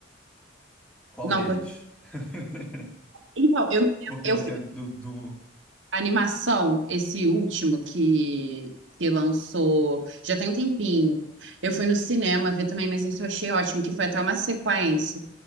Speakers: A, in the centre; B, on the right (about 75°).
A: Qual
B: Não,
A: deles?
B: cur-
A: <laughs>
B: então, eu,
A: Porque
B: eu,
A: do tempo do, do...
B: A animação, esse último que, que lançou, já tem um tempinho. Eu fui no cinema ver também, mas isso eu achei ótimo, que foi até uma sequência